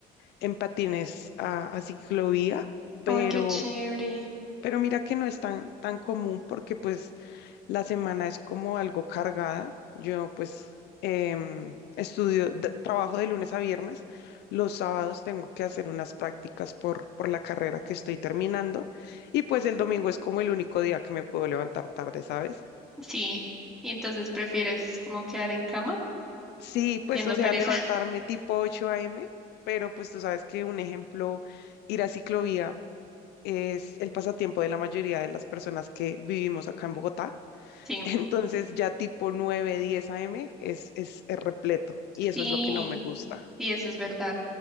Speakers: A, on the left; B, in the centre.
A: en patines a, a ciclovía, pero,
B: Ay, qué chévere.
A: pero mira que no es tan, tan común porque pues la semana es como algo cargada. Yo pues em, estudio, d- trabajo de lunes a viernes. Los sábados tengo que hacer unas prácticas por, por la carrera que estoy terminando. Y pues el domingo es como el único día que me puedo levantar tarde, ¿sabes?
B: Sí, y entonces prefieres como quedar en cama
A: Sí, pues
B: siendo
A: o
B: pereza.
A: sea, levantarme
B: <laughs>
A: tipo ocho a m pero pues tú sabes que un ejemplo, ir a ciclovía es el pasatiempo de la mayoría de las personas que vivimos acá en Bogotá.
B: Sí,
A: <laughs> Entonces ya tipo nueve diez a m es, es, es repleto y eso
B: sí,
A: es lo que no me gusta.
B: sí, eso es verdad.